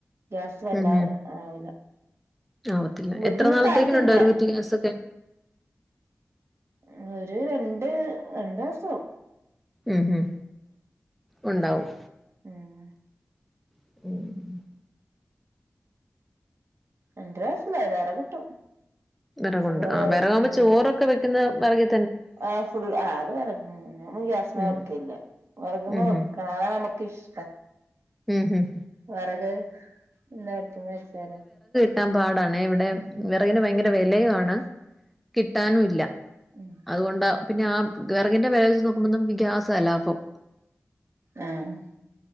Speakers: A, on the right; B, in the centre.
A: ഗ്യാസ് വല്ലതെ
B: ഉം ഉം
A: ആവില്ല
B: ആവത്തില്ല
A: ബുദ്ധിമുട്ടായിട്ടില്ല
B: എത്ര നാളത്തേക്കിനുണ്ടൊരു കുറ്റി ഗ്യാസൊക്കെ?
A: ആ ഒര് രണ്ട് രണ്ടാസം
B: ഉം ഹും ഉണ്ടാവും
A: ഉം
B: <inaudible>
A: രണ്ട് മാസം വേ വേറെ കിട്ടും
B: വെറകുണ്ട്
A: നമ്മള്
B: ആഹ്
A: വിറക്
B: വെറകാകുമ്പോ
A: ഉം
B: ചോറൊക്കെ വെക്കുന്ന വെറക്
A: ആഹ് ഫുൾ ആ അത് വെറകുമ്മ തന്നെ മ്മ ഗ്യാസ്മ
B: ഉം
A: വെക്കല്ല വെറകുമ്മ
B: ഉം
A: വെക്ക
B: ഉം
A: അതാണ് നമുക്കിഷ്
B: ഉം ഉം
A: വെറക് <unintelligible> വെച്ചാലൊ
B: ട്ടാം പാടാണെ വെടെ വെറകിന്
A: ഉം
B: ഭയങ്കര വെലയു ആണ് കിട്ടാനു ല്ല
A: ഉം
B: അഅ് കൊണ്ടാ പിന്നെ ആ വെറകിന്റെ വെല വെച്ച് നോക്കുമ്പോ നമുക്ക് ഗ്യാസാ ലാഭം.
A: ഏഹ്